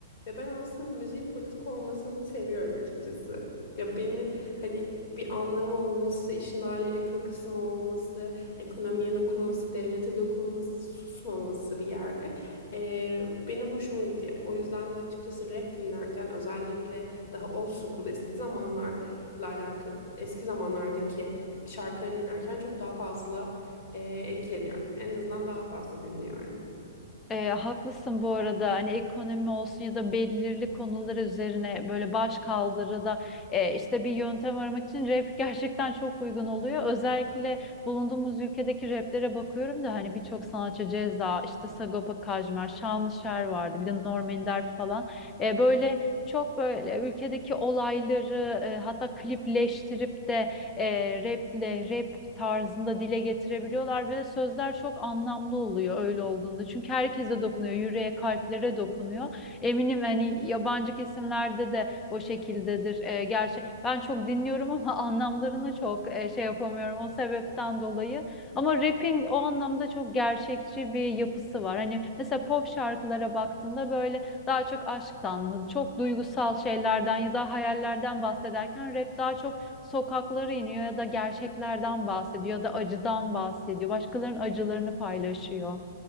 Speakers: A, on the left; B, on the left.
A: Ve ben aslında müziğin politik olmasını seviyorum açıkçası. Ya beni hani bir anlamı olması, işin ayrı kıl kısmı olması, ekonomiye dokunması, devlete dokunması, susmaması bir yerde e, benim hoşuma gidiyor. O yüzden de açıkçası rap dinlerken özellikle daha old school eski zamanlarla alakalı eski zamanlardaki şarkıları dinlerken çok daha fazla e, etkileniyorum. En azından daha fazla dinliyorum.
B: E, haklısın bu arada hani ekonomi olsun ya da belirli konular üzerine böyle baş kaldırıda e, işte bir yöntem aramak için rap gerçekten çok uygun oluyor. Özellikle bulunduğumuz ülkedeki raplere bakıyorum da hani birçok sanatçı Ceza, işte Sagopa Kajmer, Şanlışer vardı bir de Norm Ender falan. E, böyle çok böyle ülkedeki olayları e, hatta klipleştirip de e, raple, rap tarzında dile getirebiliyorlar ve sözler çok anlamlı oluyor öyle olduğunda. Çünkü herkese dokunuyor, yüreğe, kalplere dokunuyor. Eminim hani yabancı kesimlerde de o şekildedir. E, gerçi ben çok dinliyorum ama <laughs> anlamlarını çok e, şey yapamıyorum o sebepten dolayı. Ama rapping o anlamda çok gerçekçi bir yapısı var. Hani mesela pop şarkılara baktığında böyle daha çok aşktan, çok duygusal şeylerden ya da hayallerden bahsederken rap daha çok sokaklara iniyor ya da gerçeklerden bahsediyor ya da acıdan bahsediyor. Başkalarının acılarını paylaşıyor.